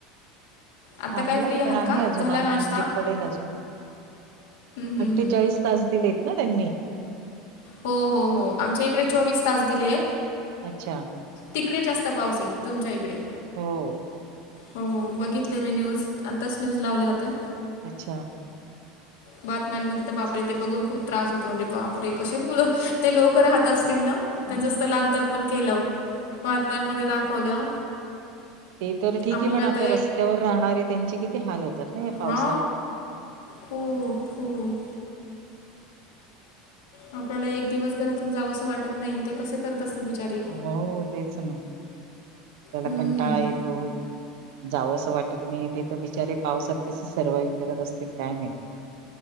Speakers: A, on the left; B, on the right.
A: आत्ता
B: थांबलंय
A: काय फ्री आहात
B: पण आहे
A: का
B: अजून
A: झाला
B: आपण
A: नाश्ता
B: म्हणजे
A: हं,
B: पडेल अजून.
A: हं,
B: अठ्ठेचाळीस
A: हं.
B: तास दिलेत ना त्यांनी.
A: हो हो हो आमच्या इकडे चोवीस तास दिले आहेत.
B: अच्छा
A: तिकडे जास्त पाऊसेय आहे तुमच्या इकडे
B: हो,
A: हो बघितलय मी न्यूज आताच न्यूज लावल्या होत्या.
B: अच्छा,
A: बातम्यांमध्ये तर बापरेते बघून खूप त्रास होतो म्हणजे बाप रे असे मुलं ते लोक राहत असतील ना त्यांचं स्थलांतर पण केलं. बातम्यांमध्ये दाखवलं
B: ते तर ठीक
A: आपल्याला
B: आहे पण आता
A: तर
B: रस्त्यावर राहणारे त्यांचे किती हाल होतात. ना या पावसात
A: हा खूप खूप, आपल्याला एक दिवस घरातून जावंस असं वाटत नाही ते कसे करत असतील बिचारे
B: हो तेच ना त्याला
A: हम्म,
B: कंटाळा येतो जाव असं वाटत नाही ते तर बिचारे पावसात कस सर्वाइव करत असतील काय माहिती